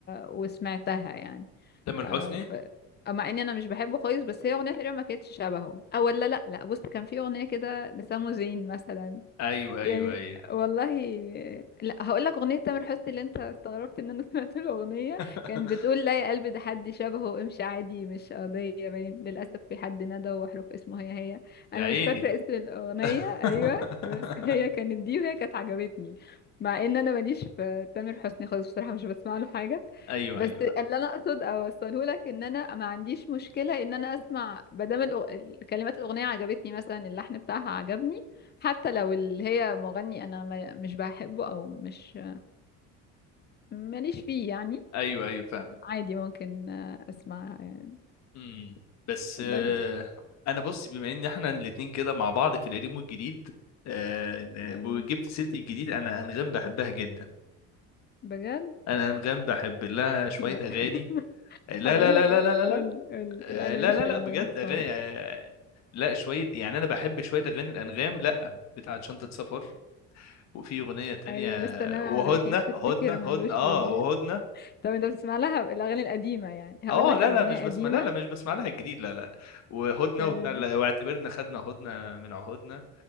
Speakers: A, on the left; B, on the left.
A: وسمعتها يعني
B: تامر
A: آه،
B: حسني
A: ف... مع اني انا مش بحبه خالص بس هي اغنيه تقريبا ما كانتش شبهه او ولا لا لا بص كان في اغنيه كده لسامو زين مثلا
B: ايوه
A: يعني
B: ايوه ايوه
A: والله لا هقول لك اغنيه تامر حسني اللي انت استغربت ان انا <laughs> سمعت الاغنيه
B: <laughs>
A: كانت بتقول لا يا قلبي ده حد شبهه امشي عادي مش قضيه باين للاسف في حد ندى وحروف اسمه هي هي انا
B: يا عيني
A: مش فاكره اسم الاغنيه
B: <laughs>
A: ايوه بس هي كانت دي وهي كانت عجبتني مع ان انا ماليش في تامر حسني خالص بصراحه مش بسمع له حاجه
B: ايوه
A: بس
B: ايوه
A: اللي انا اقصد اوصله لك ان انا ما عنديش مشكله ان انا اسمع ما دام الأغ- كلمات الاغنيه عجبتني مثلا اللحن بتاعها عجبني حتى لو اللي هي مغني انا ما مش بحبه او مش ماليش فيه يعني
B: ايوه ايوه فاهمك
A: عادي ممكن آه، اسمع يعني
B: امم بس
A: بس
B: آه، انا بص بما ان احنا الاتنين كده مع بعض في القديم والجديد آه،
A: أيوة.
B: وجبت سيره الجديد انا انغام بحبها جدا
A: بجد
B: انا انغام بحب لها شويه
A: لا
B: اغاني
A: <laughs>
B: آه، لا
A: اقول
B: لا لا
A: لك
B: لا لا لا لا
A: قول قول
B: آه،
A: لا انا
B: لا
A: ماليش
B: لا
A: في
B: لا
A: الانغام
B: بجد
A: خالص
B: اغاني آه، لا شويه يعني انا بحب شويه اغاني الانغام لا بتاعت شنطه سفر وفي اغنيه تانية
A: ايوه لسه ناوي
B: وهدنه
A: على الرحيل تفتكر
B: هدنه هدنه
A: مالوش
B: اه
A: بديل
B: وهدنه
A: طب انت بتسمع لها الاغاني القديمه يعني هقول
B: اه
A: لك
B: لا
A: على
B: لا
A: اغنيه
B: مش بسمع
A: قديمه
B: لا لا مش بسمع لها الجديد لا لا وهدنه
A: ايوه
B: وبتاع لا، واعتبرنا خدنا هدنه من عهودنا